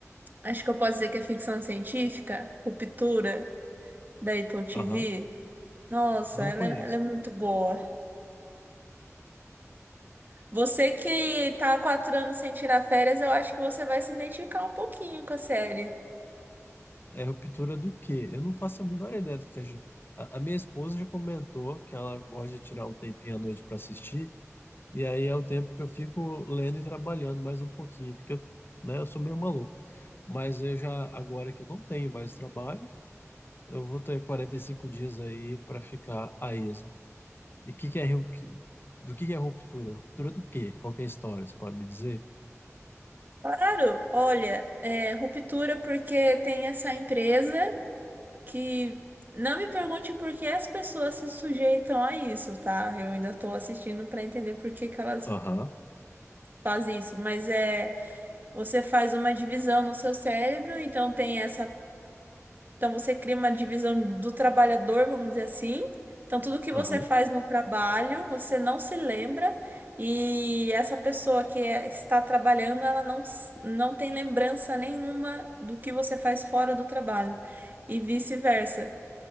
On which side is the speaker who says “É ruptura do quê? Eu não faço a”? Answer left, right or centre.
Left